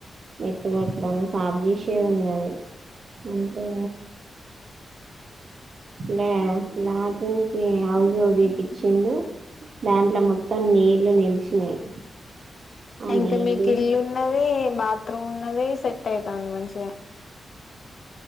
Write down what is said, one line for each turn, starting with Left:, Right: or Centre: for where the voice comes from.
Right: ఎట్లు కట్టడానికి సాబ్జేసే ఉన్నది అంటే లే లాటునికి హౌజు తీపిచ్చిండు దాంట్లో మొత్తం నీళ్లు నిలిచినాయి ఆ
Left: అంటే
Right: నీళ్లు
Left: మీకిల్లున్నది బాత్రూమ్ ఉన్నది సెట్ అయితాంది మంచిగా